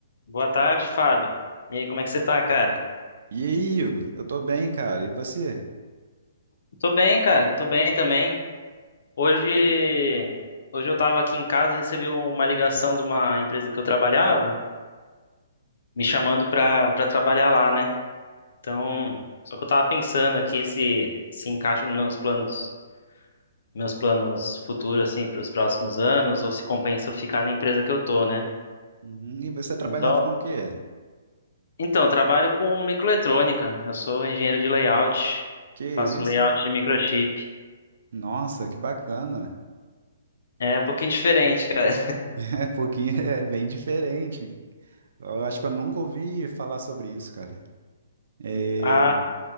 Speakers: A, on the left; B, on the right.
A: Boa tarde, Fábio. E aí, como é que você tá, cara?
B: E aí, Hugo? Eu tô bem, cara. E você?
A: Tô bem, cara. Tô bem também. Hoje, hoje eu tava aqui em casa, recebi uma ligação de uma empresa que eu trabalhava, me chamando pra, pra trabalhar lá, né? Então, só que eu tava pensando aqui se se encaixa nos meus planos, meus planos futuros, assim, pros próximos anos, ou se compensa eu ficar na empresa que eu tô, né?
B: Uhum. E você trabalhava
A: Então,
B: com o quê?
A: então, eu trabalho com microeletrônica. Eu sou engenheiro de layout,
B: Que
A: faço
B: isso,
A: layout
B: hein?
A: de microchip.
B: Nossa, que bacana.
A: É um pouquinho diferente, cara.
B: <laughs> É pouquinho, é bem diferente. Eu acho que eu nunca ouvi falar sobre isso, cara. É,
A: Ah,